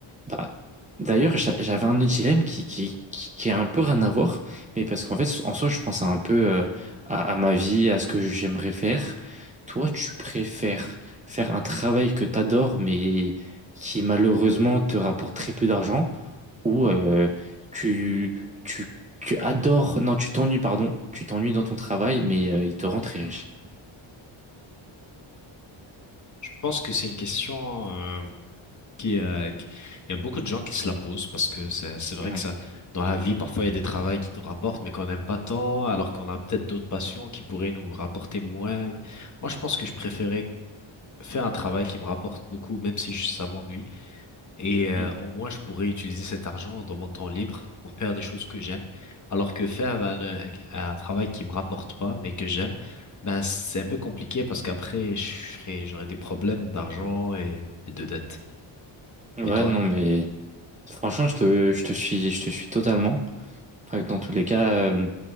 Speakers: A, on the right; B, on the left.
A: Bah, d'ailleurs, j'a- j'avais un autre dilemme qui, qui, qui, qui a un peu rien à voir, mais parce qu'en fait, en soi, je pensais un peu euh, à, à ma vie, à ce que j'aimerais faire. Toi, tu préfères faire un travail que tu adores, mais qui malheureusement te rapporte très peu d'argent, ou euh, tu, tu, tu adores, non, tu t'ennuies, pardon, tu t'ennuies dans ton travail, mais euh, il te rend très riche.
B: Je pense que c'est une question euh, qui, euh, qui- il y a beaucoup de gens qui se la posent parce que c'est c'est vrai
A: Ouais,
B: que ça dans la vie parfois il y a des travails qui nous rapportent mais qu'on n'aime pas tant alors qu'on a peut-être d'autres passions qui pourraient nous rapporter moins. Moi je pense que je préférais faire un travail qui me rapporte beaucoup, même si je- ça m'ennuie. Et euh,
A: Mm.
B: au moins, je pourrais utiliser cet argent dans mon temps libre pour faire des choses que j'aime. Alors que faire un, euh, un travail qui me rapporte pas, mais que j'aime, ben, c'est un peu compliqué parce qu'après, je serais- j'aurais des problèmes d'argent et, et de dettes.
A: Ouais,
B: Et toi?
A: non, mais franchement, je te, je te suis, je te suis totalement. Enfin, dans tous les cas, euh,